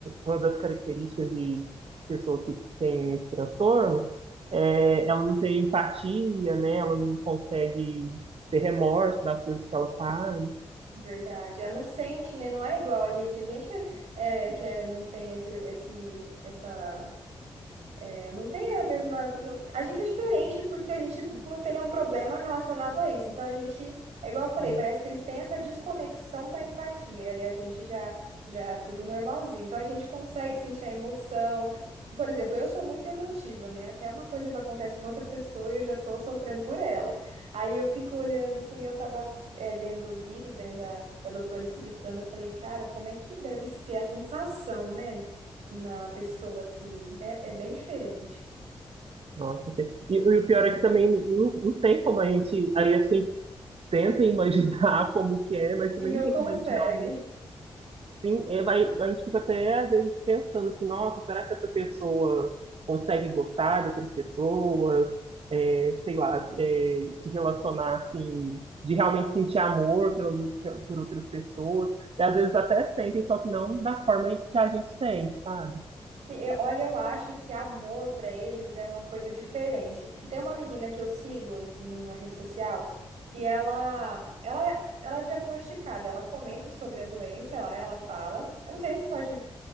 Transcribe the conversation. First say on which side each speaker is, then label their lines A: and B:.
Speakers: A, on the right (about 60°); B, on the right (about 85°).
A: uma das características de pessoas que têm esse transtorno é ela não tem empatia, né? Ela não consegue ter remorso das coisas que ela faz.
B: Verdade. Ela não sente, né? Não é igual a gente. A gente é, que é, não tem esse, esse, essa é, não tem a mesma. não- A gente é diferente porque a gente não tem nenhum problema relacionado a isso. Então a gente, é igual eu falei,
A: Hum.
B: parece que eles têm essa desconexão da empatia e a gente já já é tudo normalzinho. Então a gente consegue sentir a emoção. Por exemplo, eu sou muito emotiva, né? Até uma coisa que acontece com outra pessoa e eu já tô sofrendo por ela. Aí eu fico olhando assim, eu tava é, vendo os vídeos né, da, da doutora explicando, eu falei, cara, como é que deve ser a sensação, né? na pessoa, assim. É, é bem diferente.
A: Nossa, sim. e, e o pior é que também não, não tem como a gente, aí assim, tenta imaginar <laughs> como que é, mas
B: E
A: também
B: não
A: não tem
B: consegue.
A: como a gente realmente, sim, é, vai, a gente fica até às vezes pensando assim, nossa, será que essa pessoa consegue gostar de outras pessoas, É, sei lá, é, se relacionar assim, de realmente sentir amor pelo- por outras pessoas, e às vezes até sentem, só que não da forma que a gente sente, sabe?
B: Sim, eu- Olha, eu acho que amor pra eles é uma coisa diferente. Tem uma menina que eu sigo numa rede social e ela, ela, ela é diagnosticada, ela comenta sobre a doença, ela, ela fala. Eu não sei nem se pode,